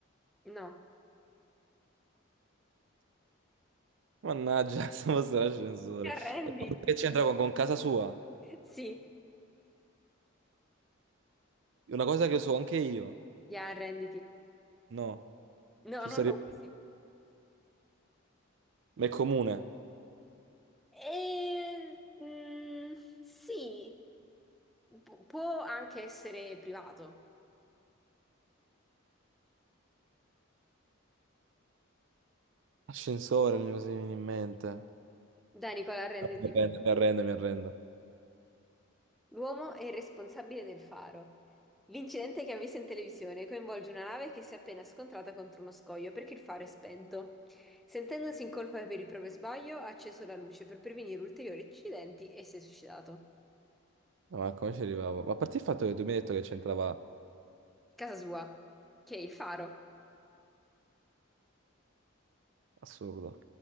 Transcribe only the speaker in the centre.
no.
Ti arrendi?
Sì,
ya, arrenditi.
No,
non
lo usi.
E, mm, sì, Pu- può anche essere privato.
Dai, Nicola, arrenditi.
L'uomo è il responsabile del faro. L'incidente che ha visto in televisione coinvolge una nave che si è appena scontrata contro uno scoglio perché il faro è spento. Sentendosi in colpa per il proprio sbaglio, ha acceso la luce per prevenire ulteriori incidenti e si è suicidato.
Casa sua, che è il faro.